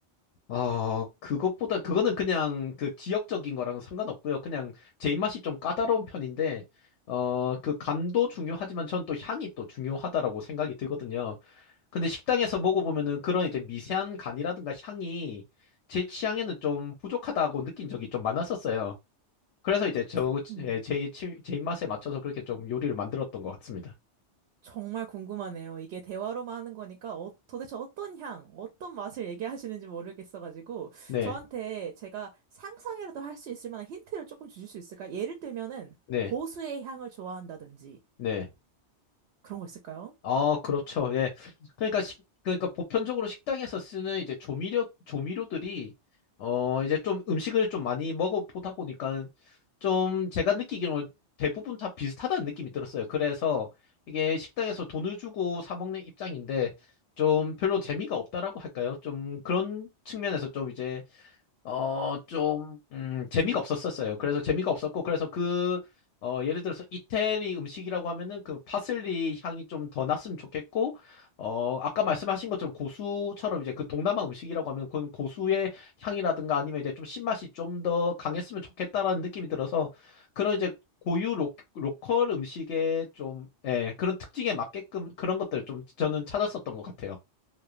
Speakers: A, on the left; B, on the right.
A: 아, 그것보다, 그거는 그냥 그 지역적인 거랑은 상관없고요. 그냥 제 입맛이 좀 까다로운 편인데, 어, 그 간도 중요하지만 전 또 향이 또 중요하다라고 생각이 들거든요. 근데 식당에서 먹어보면은 그런 이제 미세한 간이라든가 향이 제 취향에는 좀 부족하다고 느낀 적이 좀 많았었어요. 그래서 이제 저,
B: 저,
A: 제,
B: 음.
A: 제, 취- 제 입맛에 맞춰서 그렇게 좀 요리를 만들었던 것 같습니다.
B: 정말 궁금하네요. 이게 대화로만 하는 거니까 어, 도대체 어떤 향, 어떤 맛을 얘기하시는지 모르겠어가지고
A: 네,
B: 저한테 제가 상상이라도 할 수 있을 만한 힌트를 조금 주실 수 있을까? 예를 들면은
A: 네,
B: 고수의 향을 좋아한다든지
A: 네.
B: 그런 거 있을까요?
A: 아, 그렇죠. 예. 그러니까 식, 그러니까 보편적으로 식당에서 쓰는 이제 조미료 조미료들이 어 이제 좀 음식을 좀 많이 먹어 보다 보니까 좀 제가 느끼기로는 대부분 다 비슷하다는 느낌이 들었어요. 그래서 이게 식당에서 돈을 주고 사 먹는 입장인데 좀 별로 재미가 없다라고 할까요? 좀 그런 측면에서 좀 이제 어, 좀, 음, 재미가 없었었어요. 그래서 재미가 없었고, 그래서 그, 어, 예를 들어서 이태리 음식이라고 하면은 그 파슬리 향이 좀 더 났으면 좋겠고, 어, 아까 말씀하신 것처럼 고수처럼 이제 그 동남아 음식이라고 하면 그건 고수의 향이라든가 아니면 이제 좀 신맛이 좀 더 강했으면 좋겠다라는 느낌이 들어서 그런 이제 고유 로, 로컬 음식의 좀, 예, 그런 특징에 맞게끔 그런 것들을 좀 저는 찾았었던 것 같아요.